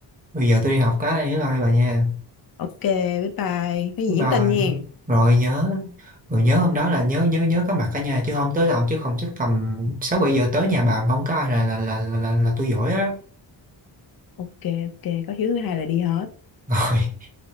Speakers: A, on the right; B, on the left.
A: bây giờ tôi đi học cái đây bye bye bà nha
B: ok bye bye cái
A: bye
B: gì
A: bye
B: nhắn tin nha
A: rồi nhớ Rồi nhớ hôm đó là nhớ nhớ nhớ có mặt cả nhà chứ không tới làm chứ không chắc tầm 6 7 giờ tới nhà bà mà không có ai là là là là, là, là tôi giỏi á.
B: ok ok có hứa thứ hai là đi hết
A: <laughs> Rồi.